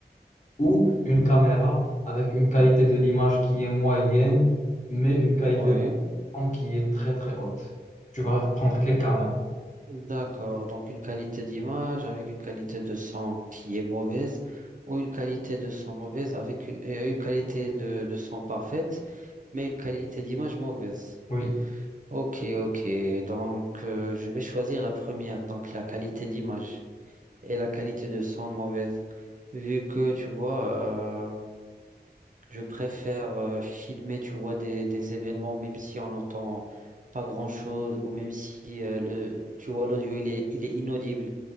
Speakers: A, on the left; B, on the right.
A: ou une caméra avec une qualité de l'image qui est moyenne, mais une qualité
B: Oui,
A: de son qui est très très haute. Tu vas prendre quelle caméra?
B: D'accord, donc une qualité d'image avec une qualité de son qui est mauvaise ou une qualité de son mauvaise avec une, euh, une qualité de, de son parfaite, mais une qualité d'image mauvaise.
A: Oui,
B: Ok, ok, donc euh, je vais choisir la première, donc la qualité d'image et la qualité de son mauvaise, vu que tu vois, euh, je préfère euh, filmer, tu vois, des, des événements, même si on n'entend pas grand-chose, ou même si, euh, le, tu vois, l'audio, il est, il est inaudible.